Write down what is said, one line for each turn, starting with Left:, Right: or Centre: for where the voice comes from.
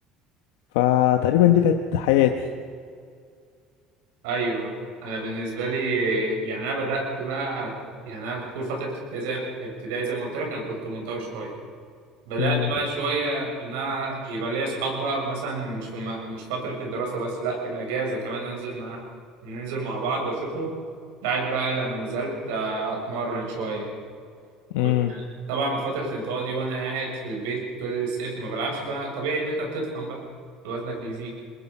Left: فتقريبا دي كانت حياتي
Right: ايوه انا بالنسبه لي يعني انا بدات بقى أت- يعني انا طول فتره ابتدائي زي ابتدائي زي ما قلت لك انا كنت منطوي شويه بدات
Left: امم
Right: بقى شويه ان انا يبقى ليا اصحاب بقى مثلا مش في الم... مش فتره الدراسه بس لا في الاجازه كمان انزل مع ننزل مع بعض واشوفهم ساعات بقى لما نزلت آه، اتمرن شويه كنت
Left: امم
Right: طبعا من فتره الانطواء دي وانا قاعد في البيت طول الصيف ما بلعبش فطبيعي ان انت بتتخن بقى وزنك بيزيد